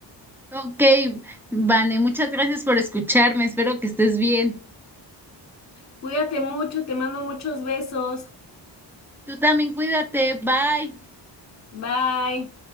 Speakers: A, in the centre; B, on the left.
A: Ok, Vane, muchas gracias por escucharme. Espero que estés bien.
B: Cuídate mucho, te mando muchos besos.
A: Tú también cuídate. Bye.
B: Bye.